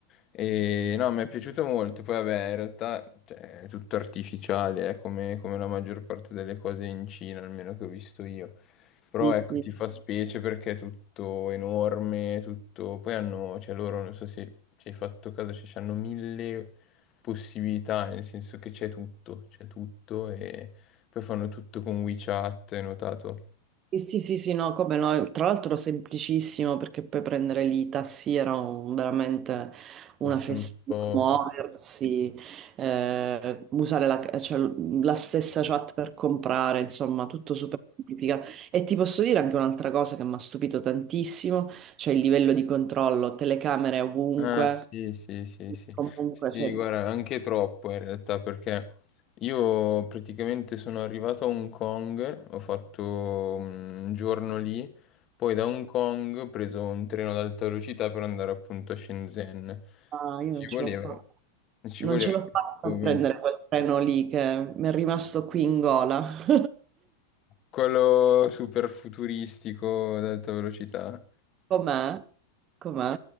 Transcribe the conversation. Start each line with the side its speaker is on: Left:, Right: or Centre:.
Left: E no, mi è piaciuto molto. Poi, vabbè, in realtà cioè, è tutto artificiale, eh, come, come la maggior parte delle cose in Cina, almeno che ho visto io. Però
Right: Sì,
Left: ecco,
Right: sì.
Left: ti fa specie perché è tutto enorme, tutto... Poi hanno, cioè loro, non so se ci hai fatto caso, cioè, hanno mille possibilità, nel senso che c'è tutto, c'è tutto e poi fanno tutto con WeChat, hai notato?
Right: Sì, sì, sì, sì, no, come no, tra l'altro semplicissimo perché puoi prendere lì i tassi, era un- veramente
Left: Costa
Right: una festina,
Left: un poco.
Right: muoversi, eh, usare la, cioè, la stessa chat per comprare, insomma, tutto super semplificato. E ti posso dire anche un'altra cosa che mi ha stupito tantissimo, cioè il livello di controllo, telecamere ovunque,
Left: Ah, sì, sì, sì, sì.
Right: comunque,
Left: Sì,
Right: cioè,
Left: guarda, anche troppo in realtà, perché io praticamente sono arrivato a Hong Kong, ho fatto mm, un giorno lì, poi da Hong Kong ho preso un treno ad alta velocità per andare appunto a Shenzhen.
Right: ah, io
Left: Ci
Right: non
Left: voleva,
Right: ce l'ho fatta.
Left: ci
Right: Non
Left: voleva
Right: ce l'ho fatta
Left: come
Right: a prendere quel treno lì che mi è rimasto qui in gola. <laughs>
Left: quello super futuristico ad alta velocità.
Right: Com'è? Com'è?